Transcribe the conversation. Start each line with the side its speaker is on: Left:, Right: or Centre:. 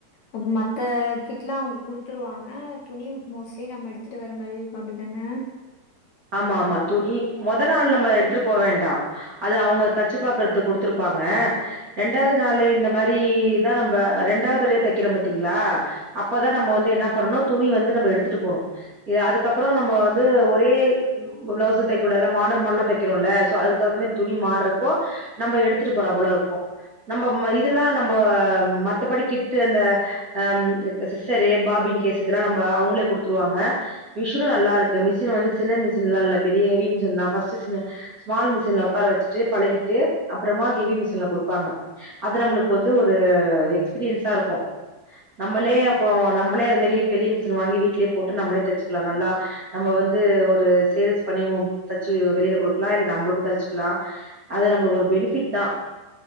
Left: அப்ப மத்த கிட் எல்லாம் அவங்க குடுத்துருவாங்க துணி மோஸ்ட்லி நம்ம எடுத்துட்டு வர மாரி இருக்கும் அப்டித்தான
Right: ஆமா ஆமா துணி மொத நாள் நம்ம எடுத்துட்டு போக வேண்டாம் அது அவங்க தச்சு பார்கறத்துக்கு குடுத்துருப்பாங்க ரெண்டாவது நாளு இந்த மாரி தான் நம்ம ரெண்டாவது தடவையா தைக்கிறோம் பாத்தீங்களா அப்பதான் நம்ம வந்து என்ன பண்ணனும் துணி வந்து நம்ம எடுத்துட்டு போகணும் அதுக்கப்புறம் நம்ம வந்து ஒரே பிளவுஸ் தைக்க கூடாது எல்ல மார் மல்ல தைக்கிறோமில்ல சோ அதுக்கு தகுந்த மாரி துணி மாறப்போ நம்ம எடுத்துட்டு போறாப்பளே இருக்கும் நம்ம இதெல்லாம் நம்ம மத்தபடி கிட்டு அந்த அஹ சிரே பாபின் கேஸ் இதெல்லாம் நம்ம அவங்களே குடுத்துருவாங்க மிஷினும் நல்லா இருக்கு மிஷின் வந்து சின்ன இல்லே இல்லே பெரிய ஹெவி மிஷின் தான் ஃபர்ஸ்ட் சின்ன ஸ்மால் மிஷின்ல உட்கார வச்சுட்டு பழகிட்டு அப்புறமா ஹெவி மிஷின்ல குடுப்பாங்க அது நம்மளுக்கு வந்து ஒரு எக்ஸ்பீரியன்ஸா இருக்கும் நம்மளே அம் நம்மளே அது மாதிரி பெரிய மிஷின் வாங்கி வீட்டுலே போட்டு நம்மளே தச்சுக்கலாம் நல்லா நம்மளே வந்து ஒரு சேல்ஸ் பண்ணி தச்சு வெளியில குடுக்கலாம் இல்ல நம்மளுக்கும் தச்சுக்கலாம் அது நம்மளுக்கு ஒரு பெனிஃபிட் தான்